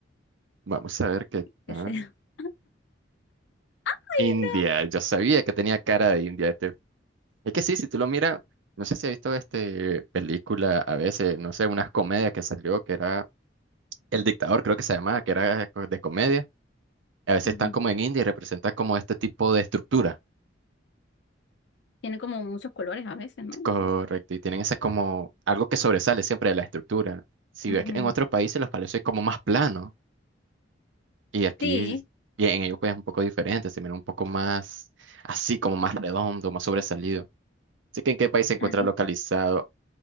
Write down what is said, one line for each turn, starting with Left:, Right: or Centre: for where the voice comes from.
Right: Vamos a ver qué tal.
Left: que sea. <laughs> ¡Ay,
Right: India. Yo sabía que tenía cara de India. Este. Es que sí, si tú lo miras, no sé si has visto este película a veces, no sé, unas comedias que salió que era El Dictador, creo que se llamaba, que era de comedia A veces
Left: no!
Right: están
Left: Ujú.
Right: como en India y representan como este tipo de estructura.
Left: Tiene como muchos colores a veces, ¿no?
Right: Correcto, y tienen ese como algo que sobresale siempre de la estructura. Si
Left: Ujú.
Right: ves que en otros países los palacios es como más plano y aquí
Left: Sí.
Right: y en ellos pues es un poco diferente, se mira un poco más así, como más redondo, más sobresalido. Así que ¿en qué país se encuentra
Left: <laughs>
Right: localizado?